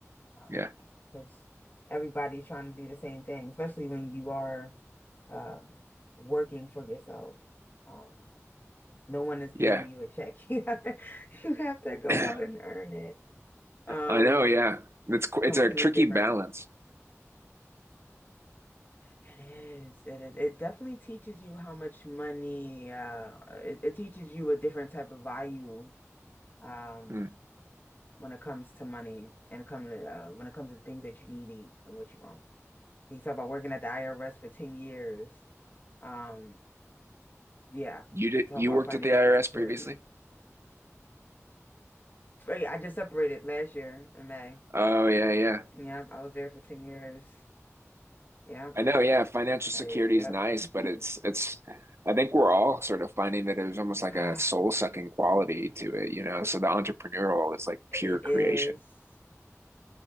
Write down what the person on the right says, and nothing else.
Yeah.
Yeah.
<clears throat>
I
know. Yeah. It's,
it's a tricky
balance.
Mm.
You did
you
worked
at the IRS
previously?
Oh yeah, yeah.
I know, yeah. Financial
security
is nice, but
it's it's I think we're all sort of finding that there's almost like
a soul-sucking quality to it, you know. So the entrepreneurial is like
pure creation.